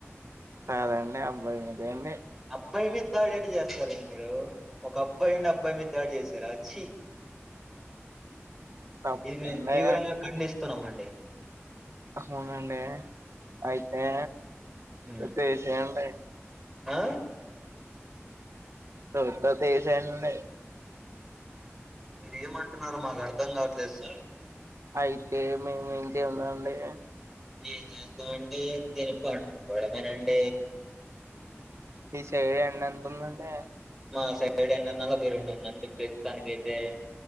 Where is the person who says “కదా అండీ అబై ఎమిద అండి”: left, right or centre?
Right